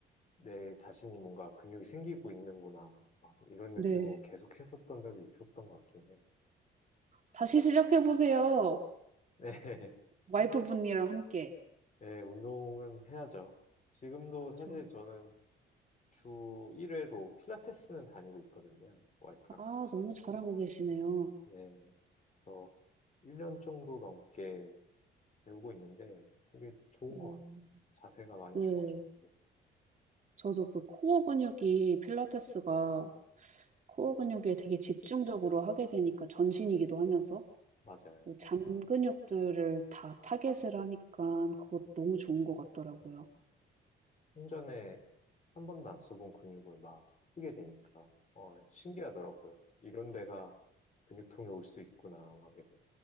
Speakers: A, on the left; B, on the right.
A: 내 자신이 뭔가 근육이 생기고 있는구나 막 이런 느낌으로
B: 네.
A: 계속 했었던 적이 있었던 것 같긴 해요.
B: 다시 시작해보세요.
A: <laughs>
B: 와이프분이랑
A: 네,
B: 함께.
A: 네, 운동은 해야죠. 지금도 사실
B: 그
A: 저는 주 1회로 필라테스는 다니고 있거든요. 와이프랑
B: 아,
A: 같이.
B: 너무 잘하고 계시네요.
A: 네, 그래서 1년 정도 넘게 배우고 있는데 되게 좋은
B: 음,
A: 것 같아요. 자세가 많이
B: 네.
A: 좋아졌고.
B: 저도 그 코어 근육이 필라테스가 코어 근육에 되게 집중적으로 하게 되니까 전신이기도 하면서
A: 맞아요.
B: 잔 근육들을 다 타겟을 하니까 그것 너무 좋은 것 같더라고요.
A: 음. 생전에 한 번도 안 써본 근육을 막 쓰게 되니까 어 신기하더라고요. 이런 데가 근육통이 올 수 있구나 막 이런.